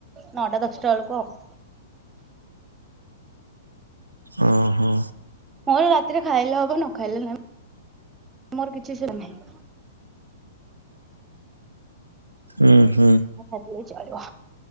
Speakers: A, on the right; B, on the right.
A: ନଅଟା ଦଶଟା ବେଳକୁ ଆଉ।
B: ଓହୋ।
A: ମୋର ରାତିରେ ଖାଇଲେ ହବ ନ ଖାଇଲେ ନାହି ମୋର କିଛି ସେମ ନାହିଁ।
B: ଉ ହୁଁ।
A: ନ ଖାଇଲେ ବି ଚଳିବ